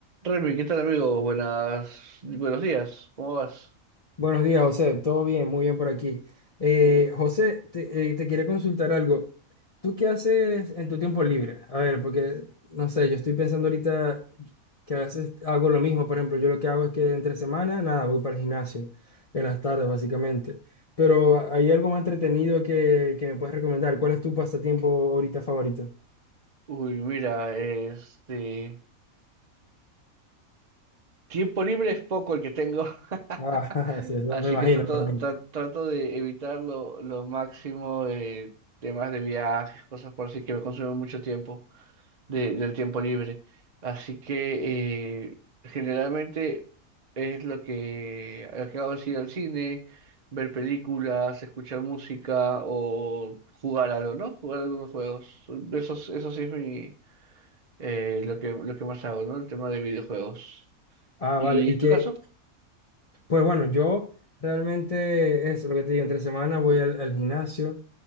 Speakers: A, on the right; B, on the left.
A: Remy, ¿qué tal amigo? Buenas, buenos días, ¿cómo vas?
B: Buenos días, José. Todo bien, muy bien por aquí. Eh, José, te, eh, te quería consultar algo. ¿Tú qué haces en tu tiempo libre? A ver, porque, no sé, yo estoy pensando ahorita que a veces hago lo mismo. Por ejemplo, yo lo que hago es que entre semana, nada, voy para el gimnasio en las tardes, básicamente. Pero hay algo más entretenido que, que me puedes recomendar. ¿Cuál es tu pasatiempo ahorita favorito?
A: Uy, mira, este tiempo libre es poco el que tengo, <laughs>
B: Ah, <laughs> sí, eso
A: así
B: me imagino,
A: que trato,
B: me imagino.
A: tra- trato de evitar lo, lo máximo de temas de viajes, cosas por así que me consumen mucho tiempo. de- del tiempo libre. Así que eh, generalmente es lo que, lo que hago es ir al cine, ver películas, escuchar música o jugar algo, ¿no? Jugar algunos juegos. Eso, es- eso sí es mi, eh, lo que, lo que más hago, ¿no? El tema de videojuegos.
B: Ah,
A: ¿Y
B: vale. ¿Y
A: en tu
B: qué,
A: caso?
B: Pues bueno, yo realmente es lo que te digo, entre semana voy al, al gimnasio.